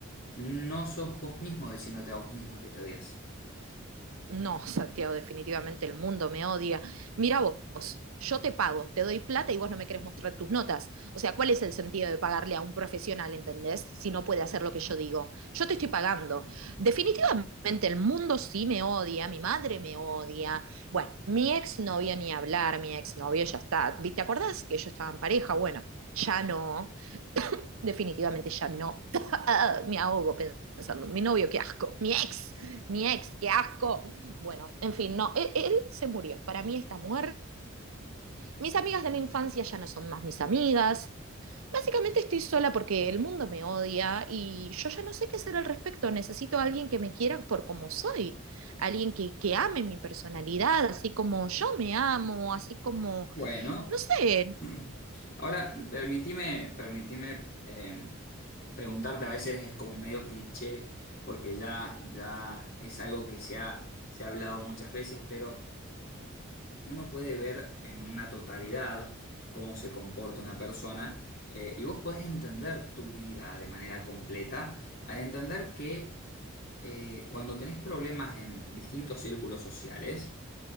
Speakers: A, on the left (about 45°); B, on the right (about 80°).
A: no sos vos mismo diciéndote a vos misma que te odias.
B: No, Santiago, definitivamente el mundo me odia. Mira vos, yo te pago, te doy plata y vos no me querés mostrar tus notas. O sea, ¿cuál es el sentido de pagarle a un profesional, entendés? Si no puede hacer lo que yo digo. Yo te estoy pagando. Definitivamente el mundo sí me odia, mi madre me odia. Bueno, mi exnovio ni hablar, mi exnovio ya está. ¿Vi- ¿Te acordás que yo estaba en pareja? Bueno, ya no. <coughs> <laughs> Definitivamente ya no. <coughs> <laughs> Me ahogo pensando, mi novio, qué asco. Mi ex, mi ex, qué asco. Bueno, en fin, no, él, él se murió, para mí está muerto. Mis amigas de la infancia ya no son más mis amigas. Básicamente estoy sola porque el mundo me odia y yo ya no sé qué hacer al respecto. Necesito a alguien que me quiera por como soy, alguien que, que ame mi personalidad, así como yo me amo, así como,
A: Bueno,
B: no sé,
A: <clears throat> ahora permitime, permitime eh, preguntarte, a veces es como medio cliché, porque ya, ya es algo que se ha, se ha hablado muchas veces, pero uno puede ver en una totalidad cómo se comporta una persona eh, y vos podés entender tu vida de manera completa al entender que eh, cuando tenés problemas en distintos círculos sociales,